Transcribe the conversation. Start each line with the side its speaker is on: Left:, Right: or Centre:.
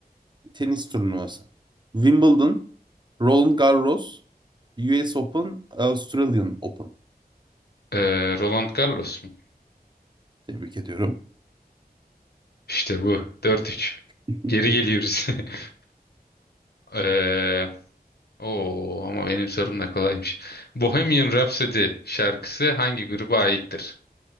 Right: tenis turnuvası. Wimbledon, Roland Garros, US Open, Australian Open.
Left: Ee, Roland Garros mu?
Right: Tebrik ediyorum.
Left: İşte bu. Dört üç.
Right: <laughs>
Left: Geri geliyoruz. <laughs> Ee, oo, ama benim sorum da kolaymış. Bohemian Rhapsody şarkısı hangi gruba aittir?